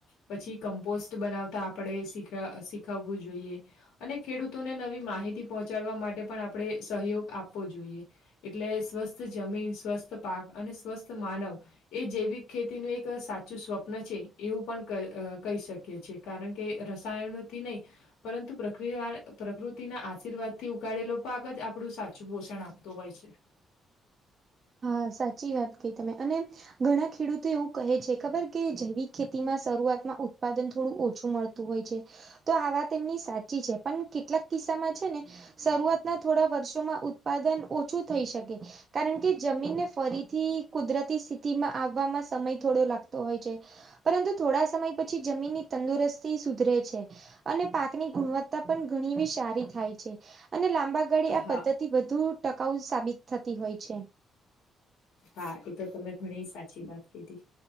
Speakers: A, on the left; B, on the right.
A: પછી કમ્પોસ્ટ. બનાવતા આપડે શીખવવું જોઈએ અને ખેડૂતોને નવી માહિતી. પહોંચાડવા માટે પણ આપણે સહયોગ આપવો જોઈએ. એટલે સ્વસ્થ જમીન, સ્વસ્થ પાક અને સ્વસ્થ માનવ. એ જૈવિક ખેતીનું એક સાચું સ્વપ્ન છે એવું પણ કહી શકીએ છે. કારણ કે રસાયણોથી નહીં. પરંતુ પ્રક પ્રકૃતિના આશીર્વાદ થી ઉગાળેલો પાક જ આપ આપડું સાચું પોષણ આપતું હોય છે.
B: હા સાચી વાત કઈ તમે અને. ઘણા ખેડૂતો એવું કહે છે ખબર કે જૈવિક ખેતીમાં શરૂઆતમાં ઉત્પાદન થોડું ઓછું મળતું. હોય છે તો આ વાત એમની સાચી છે પણ કેટલાક કિસ્સામાં છે ને. શરૂઆતના થોડા વર્ષોમાં ઉત્પાદન ઓછું થઈ શકે કારણ કે. જમીનને ફરીથી કુદરતી સ્થિતિમાં આવવામાં સમય થોડો લાગતો હોય છે. પરંતુ થોડા સમય પછી જમીનની તંદુરસ્તી સુધરે છે. અને પાકની ગુણવત્તા પણ ઘણી સારી થાય છે અને લાંબા. આગળ
A: હા
B: આ પદ્ધતિ વધુ ટકાઉ સાબિત થતી હોય. છે
A: હા એ તો તમે. ઘણી સાચી વાત કીધી